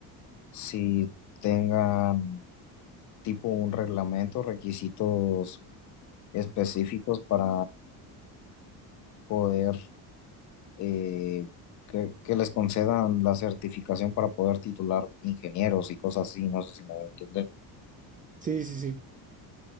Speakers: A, on the left; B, on the right.
A: si tengan tipo un reglamento, requisitos específicos para poder eh, que, que les concedan la certificación para poder titular ingenieros y cosas así. No sé si me voy a entender.
B: Sí, sí, sí.